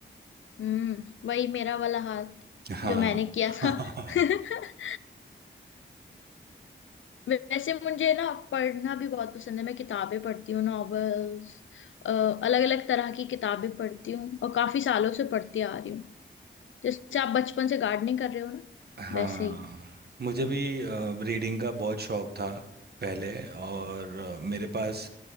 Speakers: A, on the left (about 75°); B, on the right (about 55°).
A: हम्म वही मेरा वाला हाल
B: हाँ
A: जो मैंने किया
B: <laughs>
A: था <laughs> वैसे मुझे ना पढ़ना भी बहुत पसंद है मैं किताबें पढ़ती हूँ नॉवेल्स अलग अलग तरह की किताबें पढ़ती हूँ और काफी सालों से पढ़ती आ रही हूँ जैसे आप बचपन से गार्डनिंग कर रहे हो ना
B: हाँ
A: वैसे ही
B: मुझे भी रीडिंग का बहुत शौक था पहले और अ, मेरे पास